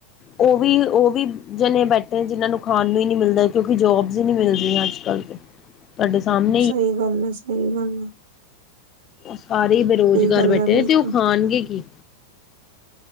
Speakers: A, on the left; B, on the right.
A: ਉਹ ਵੀ ਉਹ ਵੀ ਜਣੇ ਬੈਠੇ ਜਿਹਨਾਂ ਨੂੰ ਖਾਣ ਨੂੰ ਹੀ ਨੀ ਮਿਲਦਾ ਕਿਉਂਕਿ ਜੋਬਸ ਹੀ ਨਹੀਂ ਮਿਲਦੀਆਂ ਅੱਜ ਕੱਲ
B: <inaudible>
A: ਤੁਹਾਡੇ ਸਾਹਮਣੇ
B: ਸਹੀ ਗੱਲ ਹੈ। ਸਹੀ ਗੱਲ ਆ।
A: ਸਾਰੇ ਹੀ ਬੇਰੁਜ਼ਗਾਰ
B: ਗੱਲ
A: ਬੈਠੇ
B: ਹੈ ਬਿਲਕੁਲ
A: ਨੇ। ਤੇ ਉਹ ਖਾਣਗੇ ਕੀ?